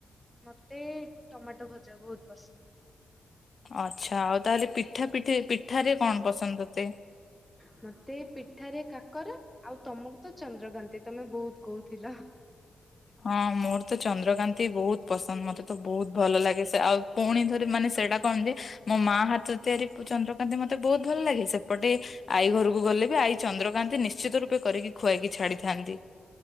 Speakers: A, in the centre; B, on the left.
A: ମତେ ଟମାଟୋ ଭଜା ବହୁତ ପସନ୍ଦ।
B: ଆଛା, ଆଉ ତାହେଲେ ପିଠାପିଠି, ପିଠାରେ କଣ ପସନ୍ଦ ତତେ
A: ମତେ ପିଠାରେ -କାକରା ଆଉ ତମକୁ ତ ଚନ୍ଦ୍ରକାନ୍ତି, ତମେ ବହୁତ କହୁଥିଲ
B: ହଁ ମୋର ତ ଚନ୍ଦ୍ରକାନ୍ତି ବହୁତ ପସନ୍ଦ, ମତେ ତ ବହୁତ ଭଲ ଲାଗେ ସେ ଆଉ ପୁଣିଥରେ ମାନେ ସେଇଟା କଣ ଯେ ମୋ ମା ହାତ ତିଆରି ଚନ୍ଦ୍ରକାନ୍ତି ମ ମତେ ବହୁତ ଭଲ ଲାଗେ ସେପଟେ ଆଈ ଘରକୁ ଗଲେ ବି ଆଈ ଚନ୍ଦ୍ରକାନ୍ତି ନିଶ୍ଚିତ ରୂପେ କରିକି ଖୁଆଇକି ଛାଡିଥାନ୍ତି।